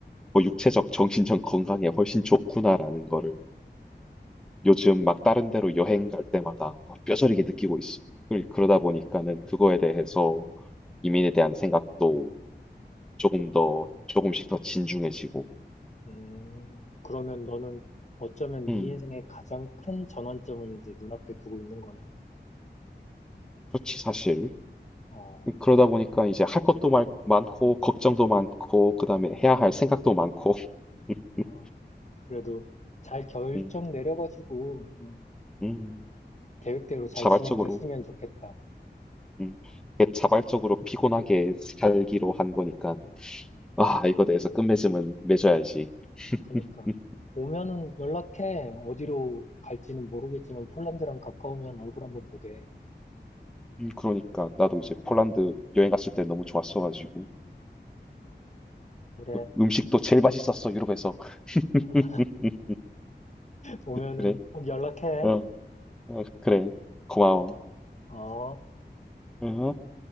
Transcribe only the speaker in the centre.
뭐 육체적, 정신적 건강에 훨씬 좋구나라는 거를 요즘 막 다른 데로 여행 갈 때마다 어, 뼈저리게 느끼고 있어. 그 그러다 보니까는 그거에 대해서 이민에 대한 생각도 조금 더 조금씩 더 진중해지고.
음,
그렇지 사실.
그러다 보니까 이제 할 것도 많, 많고 걱정도 많고 그다음에 해야 할 생각도 많고. <laughs>
음,
음,
자발적으로.
음. 이게 자발적으로 피곤하게 살기로 한 거니까, 아, 이거 내에서 끝맺음은 맺어야지.
음,
음, 그러니까 나도 이제 폴란드 여행 갔을 때 너무 좋았어가지고
그 음식도 제일 맛있었어 유럽에서 <laughs>
그래
어, 어, 그래 고마워
어.